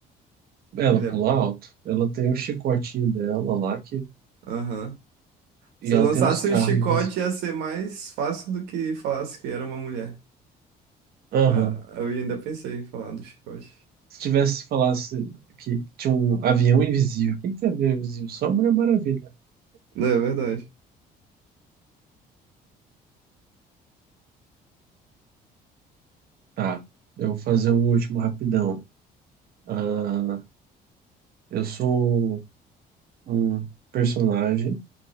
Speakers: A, on the right; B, on the right.
A: Ela
B: Mulher,
A: pula alto. Ela tem o chicotinho dela lá que...
B: aham. Se
A: e ela
B: eu lançasse
A: tem uns carros
B: o chicote,
A: invisíveis.
B: ia ser mais fácil do que falasse que era uma mulher.
A: Aham.
B: Ah, Eu ainda pensei em falar do chicote.
A: Se tivesse falasse que tinha um avião invisível, o que que tem avião invisível? Só a Mulher Maravilha.
B: Não, é verdade.
A: Tá, eu vou fazer um último rapidão. Ah, eu sou um personagem